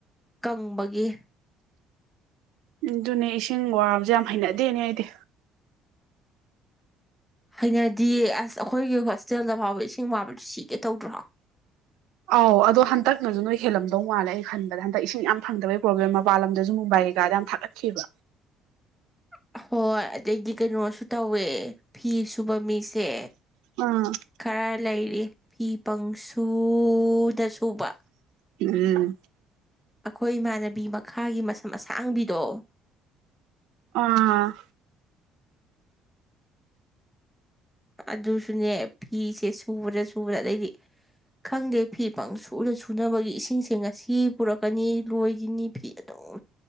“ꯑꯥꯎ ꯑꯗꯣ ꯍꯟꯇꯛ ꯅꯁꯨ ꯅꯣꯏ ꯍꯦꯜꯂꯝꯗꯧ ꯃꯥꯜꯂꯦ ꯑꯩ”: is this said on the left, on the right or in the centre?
Right